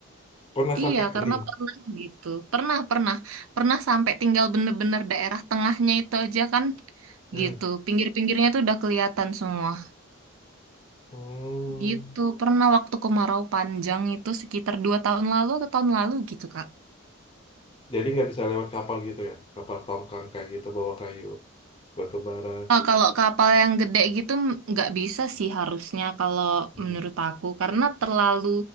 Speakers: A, on the left; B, on the right.
A: pernah
B: Iya,
A: sampai kering.
B: karena pernah gitu. Pernah, pernah. Pernah sampai tinggal bener-bener daerah tengahnya itu aja kan.
A: Hmm.
B: Gitu. Pinggir-pinggirnya itu udah kelihatan semua.
A: Hmm.
B: Gitu. Pernah waktu kemarau panjang itu sekitar dua tahun lalu atau tahun lalu gitu, Kak.
A: Jadi nggak bisa lewat kapal gitu ya? Kapal tongkang kayak gitu bawa kayu, batu bara.
B: Ah, kalau kapal yang gede gitu m- nggak bisa sih harusnya kalau
A: Hmm.
B: menurut aku. Karena terlalu